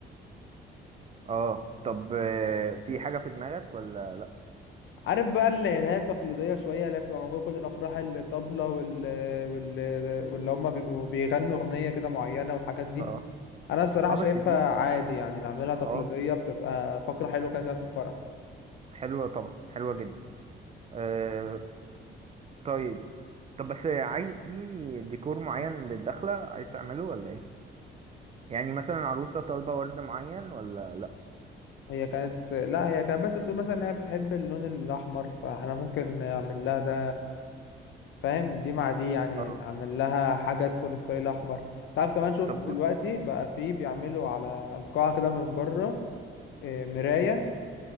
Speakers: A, on the right; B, on the left.
A: اه طب آه في حاجة في دماغك ولا لأ؟
B: عارف بقى اللي اللي هي التقليدية شوية اللي هي بتبقى موجودة في كل الأفراح الطبلة وال وال واللي هما بيبقوا بيغنوا أغنية كده معينة والحاجات دي
A: اه
B: أنا الصراحة
A: اه
B: شايفها
A: بس دي
B: عادي يعني نعملها تقليدية
A: اه
B: بتبقى فقرة حلوة كده كده في الفرح
A: حلوة طبعا حلوة جدا آه طيب طب بس عايز في ديكور معين للدخلة عايز تعمله ولا ايه؟ يعني مثلا العروسة طالبة ورد معين ولا لأ؟
B: هي كانت لا هي كانت بس بتقول مثلا إن هي بتحب اللون الأحمر فاحنا ممكن نعمل لها ده فاهم دي مع دي يعني
A: اه
B: نعمل لها حاجة تكون ستايل أحمر تعرف كمان شفت
A: طب بص
B: دلوقتي بقى فيه بيعملوا على القاعة كده من بره إيه، مراية